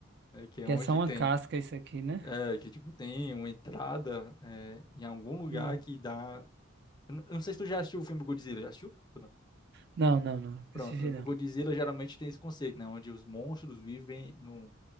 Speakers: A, on the left; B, on the right.
A: né? Que é
B: que
A: onde
B: é só uma
A: tem,
B: casca isso aqui, né?
A: é, que tipo tem uma entrada é, em algum lugar
B: Hum.
A: que dá. Eu não eu não sei se tu já assistiu o filme Godzilla, já assistiu? Ou não?
B: Não, não, não,
A: Pronto,
B: esse jeito
A: o
B: não.
A: Godzilla geralmente tem esse conceito, né? Onde os monstros vivem num,